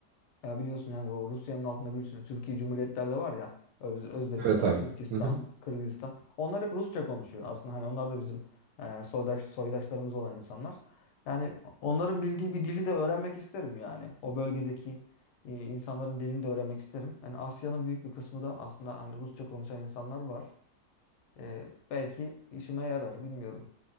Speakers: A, on the left (about 85°); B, on the right (about 75°).
A: ya biliyorsun yani o Rusya'nın altında bir sürü Türkiye Cumhuriyetler de var ya. Öz- Özbekistan,
B: Evet abi.
A: Türkistan,
B: Hı hı.
A: Kırgızistan. Onlar hep Rusça konuşuyor aslında. Hani onlar da bizim e, soydaş, soydaşlarımız olan insanlar. Yani onların bildiği bir dili de öğrenmek isterim yani. O bölgedeki e, insanların dilini de öğrenmek isterim. Yani Asya'nın büyük bir kısmı da aslında hani Rusça konuşan insanlar var. E, belki işime yarar bilmiyorum.